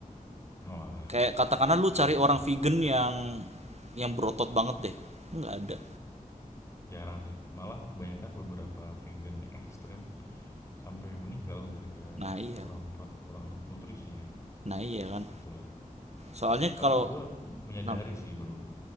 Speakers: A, on the left; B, on the right.
A: oalah,
B: Kayak katakanlah lu cari
A: iya
B: orang
A: iya,
B: vegan yang yang berotot banget deh. Nggak ada.
A: jarang sih, malah kebanyakan beberapa vegan yang ekstrem sampai meninggal gara-gara
B: Nah iya.
A: kurang prot kurang nutrisi kan,
B: Nah iya kan.
A: itulah.
B: Soalnya
A: Tapi
B: kalau
A: gue menyadari
B: nah,
A: sih, Bro,